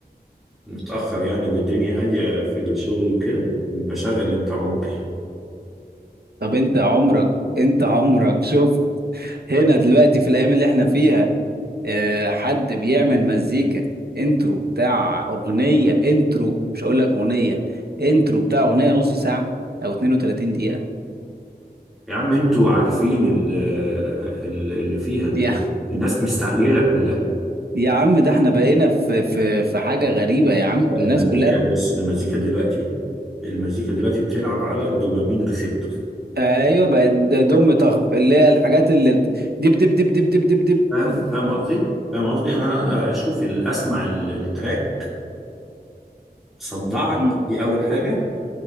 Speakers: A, in the centre; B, on the right.
A: متأخر يعني والدنيا هادية في الشغل وكده بشغل انت عمري
B: طب انت عمرك انت عمرك شوف هنا دلوقتي في الايام اللي احنا فيها آه حد بيعمل مزيكا انترو بتاع اغنيه انترو مش هقول لك اغنيه انترو بتاع اغنيه نص ساعه او 32 دقيقه
A: يا عم انتوا عارفين ال- ال- اللي فيها دلوقتي
B: <laughs> لا.
A: الناس مستعجلة كلها
B: يا عم ده احنا بقينا في في في حاجة غريبة يا عم
A: لا
B: الناس
A: المزيكا
B: كلها
A: بص المزيكا دلوقتي المزيكا دلوقتي بتلعب على الدوبامين ريسبتور
B: ايوه بقت دم طخ اللي هي الحاجات اللي بت- دب دب دب دب دب دب دب
A: فاهم فاهم قصدي فاهم قصدي انا اشوف ال- اسمع ال- التراك صدعت
B: مم.
A: دي اول حاجة